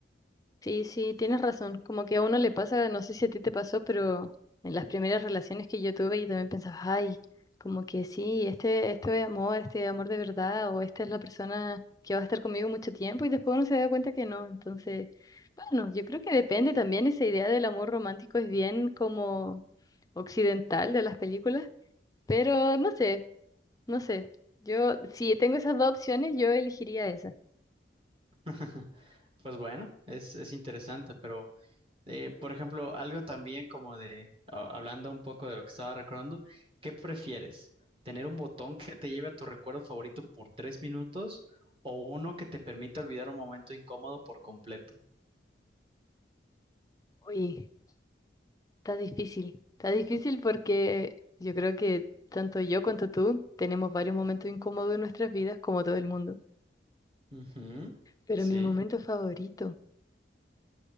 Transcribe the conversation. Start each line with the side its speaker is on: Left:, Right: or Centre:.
Left: Sí, sí, tienes razón. Como que a uno le pasa, no sé si a ti te pasó, pero en las primeras relaciones que yo tuve, yo también pensaba, ay, como que sí, este, esto es amor, este es amor de verdad, o esta es la persona que va a estar conmigo mucho tiempo, y después uno se da cuenta que no. Entonces, bueno, yo creo que depende también esa idea del amor romántico, es bien como occidental de las películas, pero no sé, no sé. Yo, si tengo esas dos opciones, yo elegiría esa.
Right: <laughs> Pues bueno, es, es interesante, pero eh, por ejemplo, algo también como de, a- hablando un poco de lo que estaba recordando, ¿qué prefieres? ¿Tener un botón que te lleve a tu recuerdo favorito por tres minutos o uno que te permita olvidar un momento incómodo por completo?
Left: Uy. Está difícil, está difícil porque yo creo que tanto yo cuanto tú tenemos varios momentos incómodos en nuestras vidas, como todo el mundo.
Right: Ujú,
Left: Pero
Right: Sí.
Left: mi momento favorito.